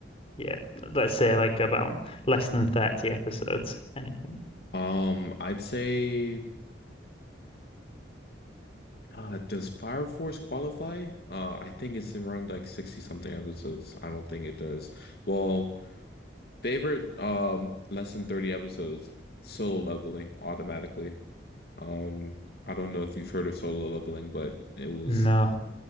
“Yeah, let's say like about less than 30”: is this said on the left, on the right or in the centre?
Left